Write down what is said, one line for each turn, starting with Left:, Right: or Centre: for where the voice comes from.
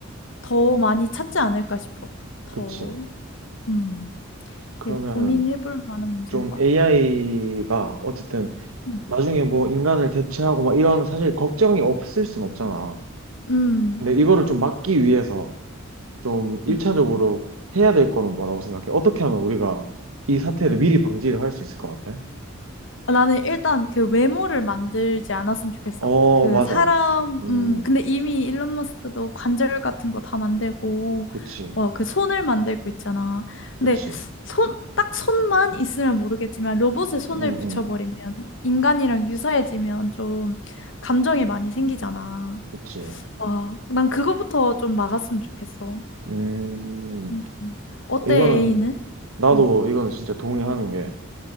Left: 더 많이 찾지 않을까 싶어. 더,
Right: 그치.
Left: 음,
Right: 그러면은
Left: 이거 고민해볼 만한 문제인
Right: 좀
Left: 것
Right: AI가
Left: 같아.
Right: 어쨌든
Left: 음,
Right: 나중에 뭐 인간을 대체하고 막 이런 사실 걱정이 없을 순 없잖아.
Left: 음,
Right: 근데 이거를 좀 막기 위해서 좀 1차적으로
Left: 음.
Right: 해야 될 거는 뭐라고 생각해? 어떻게 하면 우리가 이 사태를 미리 방지를 할 수 있을 것 같아?
Left: 아, 나는 일단 그 외모를 만들지 않았으면 좋겠어.
Right: 어,
Left: 그
Right: 맞아.
Left: 사람,
Right: 음,
Left: 음, 근데 이미 일론 머스크도 관절 같은 거 다 만들고,
Right: 그치.
Left: 뭐 그 손을 만들고 있잖아.
Right: 그치.
Left: 근데 손, 딱 손만 있으면 모르겠지만 로봇에 손을
Right: 음,
Left: 붙여버리면
Right: 음,
Left: 인간이랑 유사해지면 좀 감정이 많이 생기잖아.
Right: 그치.
Left: 와, 난 그거부터 좀 막았으면 좋겠어.
Right: 음,
Left: 음. 어때,
Right: 이거는,
Left: A는?
Right: 나도
Left: 응,
Right: 이거는 진짜 동의하는 게,